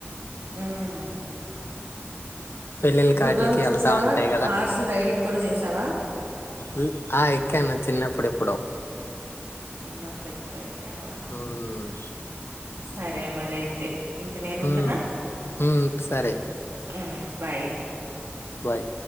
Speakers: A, on the right; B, on the left.
A: మ్.
B: పెళ్ళిళ్ళకి
A: గుర్రాలు
B: ఆటిలకి
A: చూసావా
B: వెళ్తా ఉంటాయి
A: హార్స్ రైడింగ్ కూడా చేసావా.
B: మ్ ఆ ఎక్కాను చిన్నప్పుడు ఎప్పుడో.
A: చిన్నప్పుడు ఎప్పుడో ఎక్కవా
B: ఉమ్
A: సరే మరి అయితే. ఇంక నేను ఉండనా
B: ఉమ్ ఉమ్ సరే
A: ఉమ్ బాయ్.
B: బాయ్.